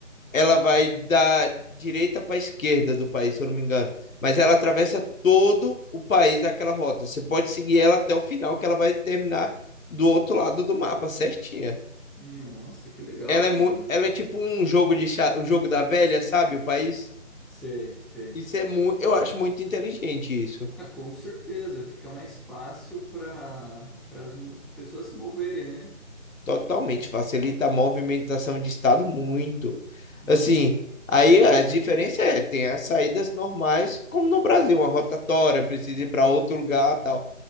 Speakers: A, on the left; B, in the centre.
A: ela vai da direita para a esquerda do país, se eu não me engano. Mas ela atravessa todo o país, aquela rota. Você pode seguir ela até o final, que ela vai terminar do outro lado do mapa, certinha.
B: Nossa, que legal,
A: Ela é, mu-
B: mano.
A: ela é tipo um jogo de xadrez, o jogo da velha, sabe? O país.
B: Sei, sei.
A: Isso é muito. Eu acho muito inteligente isso.
B: Ah, com certeza, fica mais fácil para para as pessoas se moverem, né?
A: Totalmente, facilita a movimentação de estado muito.
B: Hum.
A: Assim, aí as diferenças é, tem as saídas normais, como no Brasil, uma rotatória, precisa ir para outro lugar, tal.